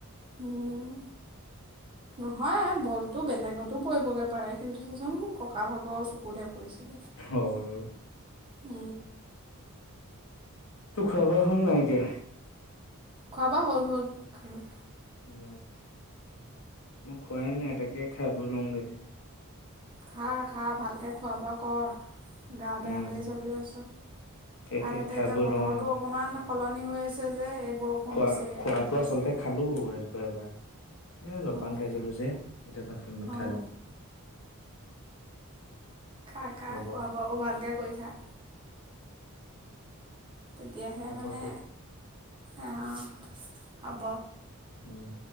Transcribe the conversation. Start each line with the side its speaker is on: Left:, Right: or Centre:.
Right: উম নহয় বল টো বেলেগতো পৰিবগে পাৰে কিন্তু জানো ককা ভাগৰ চকুতহে পৰিছে।
Left: হয়।
Right: উ
Left: তোৰ খোৱা বোৱা হ'ল নাই এতিয়া?
Right: খোৱা বোৱা হ'ল হ'ল, খালো।
Left: উ মই খোৱাই নাই, তাকেই খাবলৈ লওগে।
Right: খা খা ভালকে খোৱা বোৱা কৰ। গা বেয়া
Left: উম
Right: হৈ আছে বুলি কৈছোঁ
Left: সেইটোৱে
Right: আৰু তাতে
Left: খাই
Right: এতিয়া
Left: বৈ
Right: বতৰটো
Left: লওঁ আৰু
Right: অকণমান সলনি হৈ আছে যে এই বৰষুণ
Left: খোৱা
Right: দিছে এই
Left: খোৱাটো
Right: ৰ'দ দিছে
Left: আচলতে খালো ৰাতিপুৱা এবাৰ। এ জলপান
Right: অঁ
Left: খাইছিলো যে এতিয়া ভাত অকনমান
Right: অঁ
Left: খাই লওঁ,
Right: খা খা
Left: হ'ব।
Right: খোৱা বোৱাবোৰ ভালকৈ কৰি থাক তেতিয়াহে
Left: হ'ব
Right: মানে
Left: দে
Right: আহ, হব।
Left: উম।